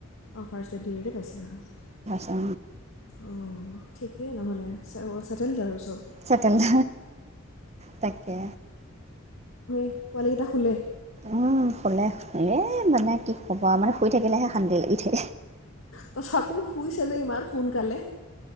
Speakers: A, on the left; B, on the right.
A: অ' ফাৰ্ষ্ট দিওঁতে পাইছা ন
B: অ
A: অ ঠিকেই নহ'লে চেটেল আৰু চহ
B: চটেল ধ তাকে
A: পোৱালি কেইটা সোলে
B: উম অকলে শুলে মানে কি ক'বা মানে শুই থাকিলে হে সানটি উঠে।
A: তথাপিও শুইছে যে ইমান সোনকালে